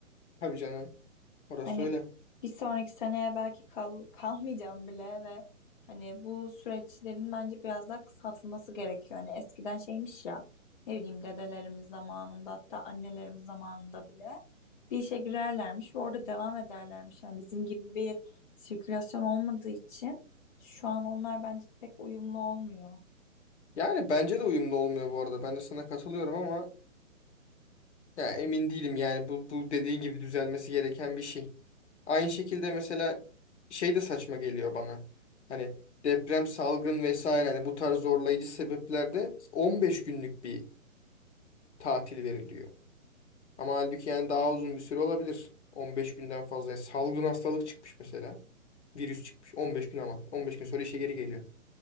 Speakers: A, on the left (about 55°); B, on the left (about 35°).
A: Tabii canım. Orası
B: Hani
A: öyle.
B: bir sonraki seneye belki kal kalmayacağım bile ve hani bu süreçlerin bence biraz daha kısaltılması gerekiyor. Hani eskiden şeymiş ya ne bileyim dedelerimiz zamanında hatta annelerimiz zamanında bile bir işe girerlermiş ve orada devam ederlermiş. Yani bizim gibi bir sirkülasyon olmadığı için şu an onlar bence pek uyumlu olmuyor.
A: Yani bence de uyumlu olmuyor bu arada. Ben de sana katılıyorum ama Ya emin değilim yani bu, bu dediğin gibi düzelmesi gereken bir şey. Aynı şekilde mesela şey de saçma geliyor bana. Hani deprem, salgın vesaire hani bu tarz zorlayıcı sebeplerde 15 günlük bir tatil veriliyor. Ama halbuki yani daha uzun bir süre olabilir. 15 günden fazla. Yani salgın hastalık çıkmış mesela. Virüs çıkmış 15 gün ama 15 gün sonra işe geri geliyor.